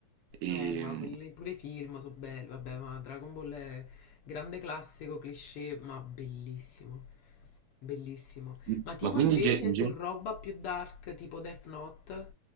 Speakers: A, on the right (about 90°); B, on the left (about 90°).
A: Ehm,
B: Eh, ma quelli pure i film sono belli, vabbè, ma Dragon Ball è grande classico, cliché, ma bellissimo, bellissimo.
A: Mm,
B: Ma tipo
A: Ma quindi
B: invece
A: Ge- Ge-
B: su roba più dark, tipo Death Note,